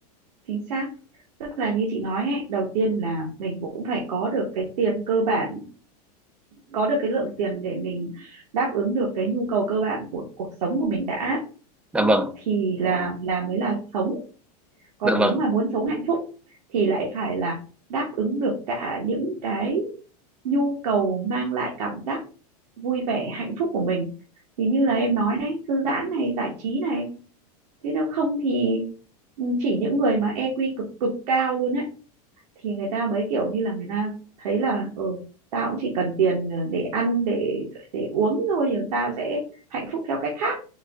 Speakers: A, on the right; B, in the centre.
A: chính xác tức là như chị nói ấy, đầu tiên là mình cũng phải có được cái tiền cơ bản có được cái lượng tiền để mình đáp ứng được cái nhu cầu cơ bản của cuộc sống của mình đã
B: dạ vâng
A: thì là là mới là sống còn
B: dạ
A: nếu
B: vâng
A: mà muốn sống hạnh phúc thì lại phải là đáp ứng được cả những cái nhu cầu mang lại cảm giác vui vẻ hạnh phúc của mình thì như là em nói đấy thư giãn này giải trí này thế nếu không thì ừ, chỉ những người mà EQ cực cực cao luôn á thì người ta mới kiểu như là người ta thấy là ừ tao cũng chỉ cần tiền ờ, để ăn để để uống thôi rồi tao sẽ hạnh phúc theo cách khác